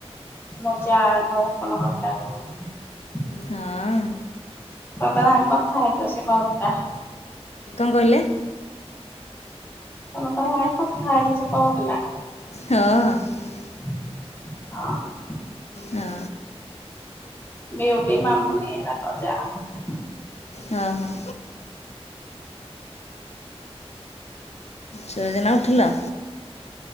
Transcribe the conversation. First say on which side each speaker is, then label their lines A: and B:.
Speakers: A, on the left (about 20°); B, on the left (about 75°).
A: ମଜା ହଉ <unintelligible>
B: ହଁ ଅ।
A: କଅଁ ତା ସାଙ୍ଗରେ କଥା ହେଇଛ ସେ କହୁଥିଲା।
B: କଣ କହିଲେ?
A: ତମେ ତା ସାଙ୍ଗରେ କଥା ହେଇଛ ସେ କହୁଥିଲା।
B: ହଁ ହଁ।
A: <unintelligible> ହଁ।
B: ହଁ।
A: ବିଉଟି ମାମୁନି <unintelligible>
B: ହଁ ହଁ। ଶୋଇଛ ନା ଉଠିଲ?